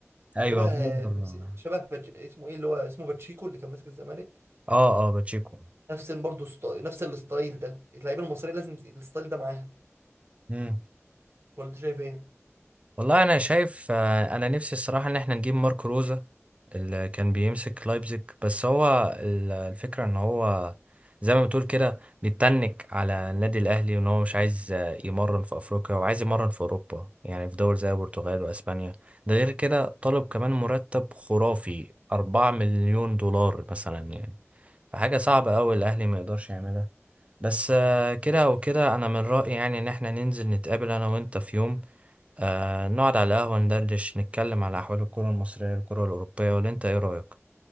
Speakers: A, on the right; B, on the right.
A: ايوه
B: شبه
A: فاكر اه
B: شبه باتش... اسمه ايه اللي هو اسمه باتشيكو اللي كان ماسك الزمالك
A: اه باتشيكو
B: نفس برضه ستا... نفس الستايل ده اللعيبه المصريه لازم الستايل ده معاها
A: مم.
B: ولا انت شايف ايه؟
A: والله انا شايف آه، انا نفسي الصراحه ان احنا نجيب ماركو روزا اللي كان بيمسك لايبزيج بس هو ال- الفكره ان هو زي ما بتقول كده بيتنك على النادي الاهلي وان هو مش عايز آه، يمرن في افريقيا وعايز يمرن في اوروبا يعني في دول زي البرتغال واسبانيا ده غير كده طالب كمان مرتب خرافي 4 مليون دولار مثلا يعني فحاجه صعبه
B: مم.
A: قوي الاهلي ما يقدرش يعملها بس آه، كده او كده انا من رايي يعني ان احنا ننزل نتقابل انا وانت في يوم آه نقعد على القهوة ندردش نتكلم على أحوال الكرة المصرية الكرة الأوروبية ولا أنت إيه رأيك؟